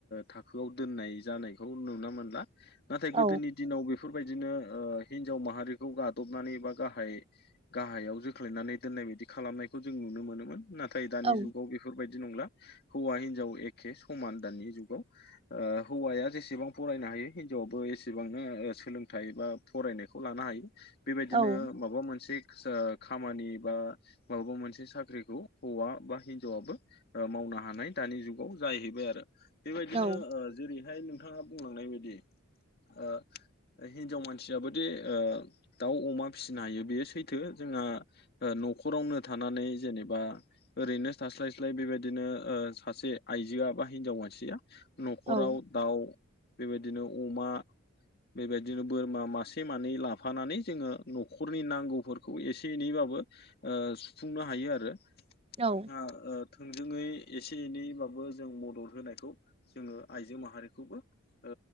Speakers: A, on the left; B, on the right.
A: थाखोआव दोननाय जानायखौ नुनो मोनला नाथाय
B: औ
A: गोदोनि दिनाव बेफोरबायदिनो हिनजाव माहारिखौ गादबनानै बा गाहाय गाहायाव जोख्लायनानै दोननाय बायदि खालामनायखौ जों नुनो मोनोमोन नाथाय दानि
B: औ
A: जुगाव बेफोरबायदि नंला हौवा हिनजाव एखे समान दानि जुगाव हौवाया जेसेबां फरायनो हायो हिनजावआबो एसेबांनो सोलोंथाइ बा फरायनायखौ लानो हायो बेबायदिनो
B: औ
A: माबा मोनसे खामानि बा माबाबा मोनसे साख्रिखौ हौवा बा हिनजावाबो मावनो हानाय दानि जुगाव जाहैबाय आरो। बेबायदिनो
B: औ
A: जेरैहाय नोंथाङा बुंलांनाय बायदि ओ हिनजाव मानसियाबो दि ओ दाउ अमा फिसिनो हायो बेयो सैथो। जोंहा न'खरावनो थानानै जेनेबा ओरैनो थास्लाय स्लाय बेबायदि बिदिनो सासे आइजोआ बा हिनजाव मानसिया न'खराव
B: औ
A: दाउ बेबायदिनो अमा बेबायदिनो बोरमा मासे मानै लाफानानै जोङो न'खरनि नांगौफोरखौ एसे एनैबाबो सुफुंनो हायो आरो
B: औ
A: जोंहा थोंजोङै एसे एनैबाबो जों मदद होनायखौ जोङो आइजो माहारिखौबो ओ